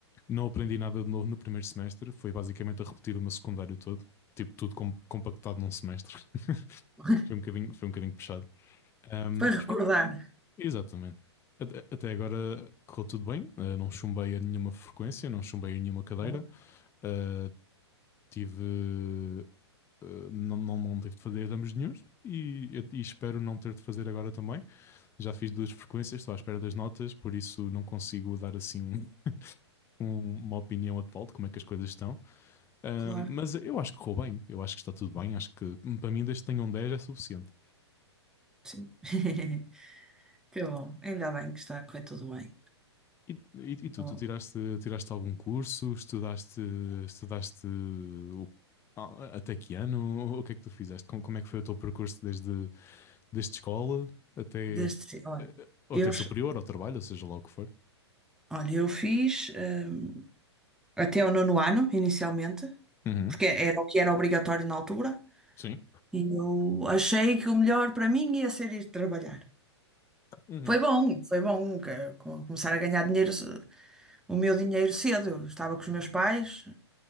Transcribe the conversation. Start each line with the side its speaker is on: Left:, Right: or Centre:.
Left: Não aprendi nada de novo no primeiro semestre, foi basicamente a repetir o meu secundário todo, tipo tudo com- compactado num semestre.
Centre: <laughs>
Left: Foi um bocadinho, foi um bocadinho puxado. Ahm,
Centre: Para
Left: mas
Centre: recordar.
Left: pronto, exatamente. Até, até agora correu tudo bem. Ah, não chumbei a nenhuma frequência, não chumbei a nenhuma cadeira.
Centre: Bom,
Left: Ah, tive. ah, não, não, não tive de fazer exames nenhuns e, e espero não ter de fazer agora também. Já fiz duas frequências, estou à espera das notas, por isso não consigo dar assim um- um- uma opinião atual de como é que as coisas estão. Ah,
Centre: claro,
Left: mas eu acho que correu bem, eu acho que está tudo bem. Acho que hum, para mim, desde que tenham 10 é suficiente.
Centre: sim. <laughs> Que bom, ainda bem que está a correr tudo bem.
Left: E, e- e tu,
Centre: Bom,
Left: tu tiraste, tiraste algum curso? Estudaste, estudaste o- a- até que ano? O que é que tu fizeste? Como, como é que foi o teu percurso desde, desde escola até,
Centre: deste, olha,
Left: eh, ou
Centre: eu,
Left: até superior, ao trabalho, ou seja lá o que for?
Centre: olha, eu fiz. hum, até ao nono ano, inicialmente,
Left: Uhum.
Centre: porque era o que era obrigatório na altura,
Left: Sim.
Centre: e eu achei que o melhor para mim ia ser ir trabalhar.
Left: Uhum.
Centre: Foi bom, foi bom que- com- começar a ganhar dinheiro, ce- o meu dinheiro cedo. Eu estava com os meus pais,